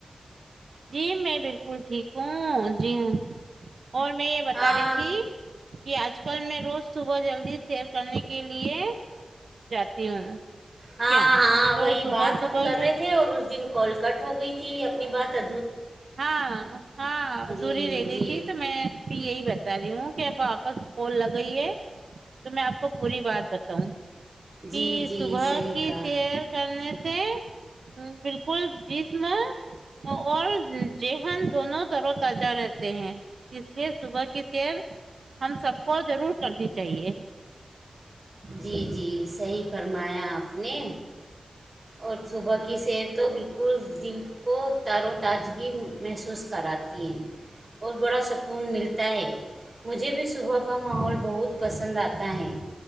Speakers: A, on the right; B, on the right.
A: جی میں بالکل ٹھیک ہوں جی ہاں اور میں یہ بتا
B: ہاں
A: رہی تھی کہ آج کل میں روز صبح جلدی سیر کرنے کے لیے جاتی ہوں
B: ہاں
A: کیا
B: ہاں
A: تو
B: وہی
A: صبح
B: بات ہم
A: صبح
B: کر رہے تھے اور اس دن کال کٹ ہو گئی تھی اپنی بات ا
A: ہاں ہاں
B: جی
A: دوری رہ گئی
B: جی
A: تھی تو میں یہی بتا رہی ہوں کہ و آپس فول لگئی ہے تو میں آپ کو پوری بات بتاؤں کہ
B: جی جی
A: صبح
B: صحیح
A: کی
B: کہا
A: سیر کرنے سے ہ بالکل جیس میں اور جہن دونوں طروں ت جا رہتے ہیں اس لیے صبح کی سیب ہم سب کو ضرور کرنی چاہیے <inaudible>
B: جی جی صحیح فرمایا آپ نے اور صبح کی سیر تو بالکل دل کو تار و تازگی محسوس کراتی ہیں اور بڑا سکون ملتا ہے مجھے بھی صبح کا ماحول بہت پسند آتا ہے